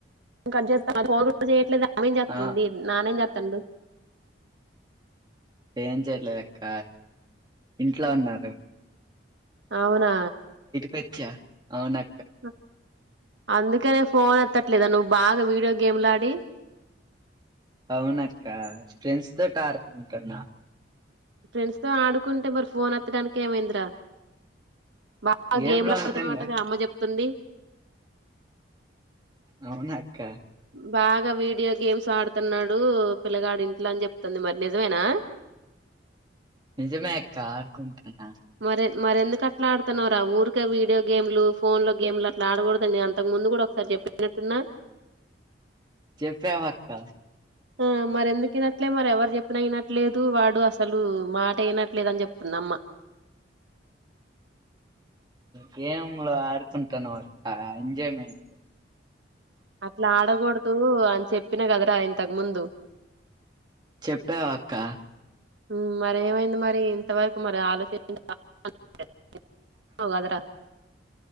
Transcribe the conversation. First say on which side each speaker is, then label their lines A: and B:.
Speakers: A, on the right (about 70°); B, on the right (about 25°).
A: కట్ చేస్తన్నావ్ అది ఫోన్ కూడా చేయట్లేదు. అమ్మేం చేతంది
B: ఆ
A: నానేం చేతండు?
B: ఏం చేయట్లే అక్క ఇంట్లో ఉన్నారు.
A: అవునా
B: పిచ్చ అవునా
A: అ అందుకేనే ఫోన్ ఎత్తట్లేదా నువ్వు బాగా వీడియో గేమ్లా ఆడి
B: అవునక్క ఫ్రెండ్స్ తో ఆడుతుంటున్న
A: ఫ్రెండ్స్ తో ఆడుకుంటే మరి ఫోన్ ఎత్తడానికి ఏమైందరా? బాగా
B: గేమ్
A: గేమ్లు
B: లో
A: ఆడుతున్నవటగా
B: ఉంటాంగా
A: అమ్మ చెప్తుంది.
B: అవునా అక్క
A: బాగా వీడియో గేమ్స్ ఆడుతున్నాడు. దూ పిల్లగాడు ఇంట్లో అని చెప్ తంది మరి నిజమేనా
B: నిజమే ఎక్క ఆడుకుంటా ఉ అ
A: మరి మరెందుకు అట్లా ఆడుతున్నవు రా ఊరికే వీడియో గేమ్లు, ఫోన్ లో గేమ్లు, అట్లా ఆడకూడదని అంతకు ముందు కూడా ఒకసారి చెప్పినట్టున్నా.
B: చెప్పావక్క
A: ఊ మరి ఎందుకినట్లే మరి ఎవరు చెప్పిన యినట్లేదు వాడు అసలు మాట యినట్లేదు అని చెప్తుంది అమ్మ.
B: గేమ్ లో ఆడుకుంటాను అట్ట ఎంజాయ్మెంట్
A: అట్లా ఆడకూడదు అని చెప్పిన కదరా ఇంతకు ముందు
B: చెప్పావా అక్క
A: ఉ మర ఏమైంది మరి ఇంతవరకు మరి ఆలో <unintelligible> ద్ర